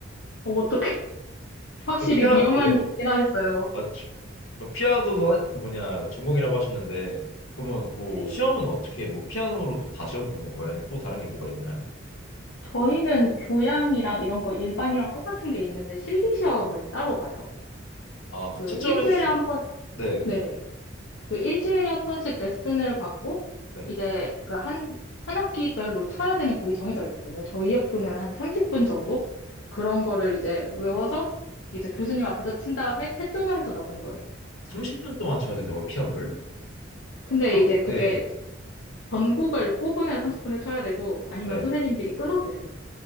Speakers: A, on the left; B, on the left.
A: 어, 떻게 <laughs> 확실히
B: 그 피아
A: 위험한
B: 네
A: 일이긴 하겠어요.
B: 맞죠. 그 피아노도 하- 그 뭐냐 전공이라고 하셨는데 그러면 뭐
A: 네.
B: 시험은 어떻게 뭐 피아노로 또 다 시험 보는 건가요? 아니면 또 다른 게 뭐가 있나요?
A: 저희는 교양이랑 이런 거 일반이랑 똑같은 게 있는데 실기 시험을 따로 봐요.
B: 아, 그
A: 그
B: 채점해
A: 일주일에
B: 주신
A: 한 번,
B: 네.
A: 네네. 그 일주일에 한 번씩 레슨을 받고
B: 네.
A: 이제 그 한, 한 학기별로 쳐야 되는 곡이 정해져 있거든요. 저희 학교는 한 30분 정도? 그런 거를 이제 외워서 이제 교수님 앞에서 친 다음에 채점을 해서 나오는 거예요.
B: 30분 동안 쳐야 된다고요, 피아노를?
A: 근데
B: 그럼
A: 이제 그게
B: 네.
A: 전곡을 뽑으면 30분을 쳐야 되고 아니면
B: 네.
A: 선생님들이 끊어주세요.